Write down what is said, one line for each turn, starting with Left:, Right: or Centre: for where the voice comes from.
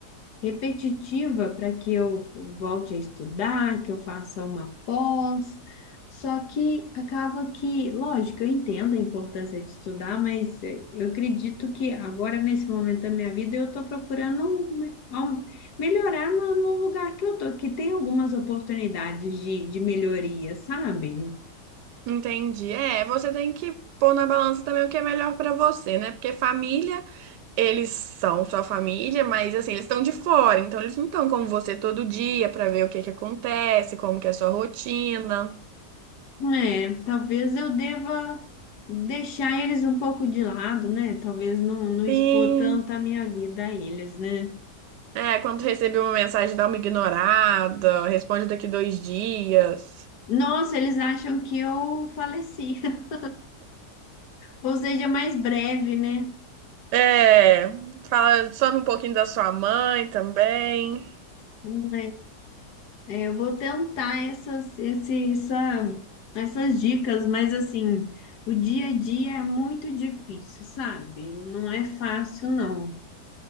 Left: repetitiva para que eu volte a estudar, que eu faça uma pós. Só que acaba que, lógico, eu entendo a importância de estudar, mas eh, eu acredito que agora, nesse momento da minha vida, eu estou procurando um me- ao- melhorar no, no lugar que eu estou, que tem algumas oportunidades de, de melhoria, sabe?
Right: Entendi. É, você tem que pôr na balança também o que é melhor pra você, né? Porque família, eles são sua família, mas assim, eles estão de fora, então eles não estão com você todo dia pra ver o que que acontece, como que é a sua rotina.
Left: É, talvez eu deva deixar eles um pouco de lado, né? Talvez não, não expor
Right: Sim.
Left: tanto a minha vida a eles, né?
Right: É, quando receber uma mensagem, dá uma ignorada, responde daqui dois dias.
Left: Nossa, eles acham que eu faleci. <laughs> Ou seja, mais breve, né?
Right: É, fala, some um pouquinho da sua mãe também.
Left: Hum, É, é, eu vou tentar essas, esse, essa, essas dicas, mas assim, o dia a dia é muito difícil, sabe? Não é fácil, não.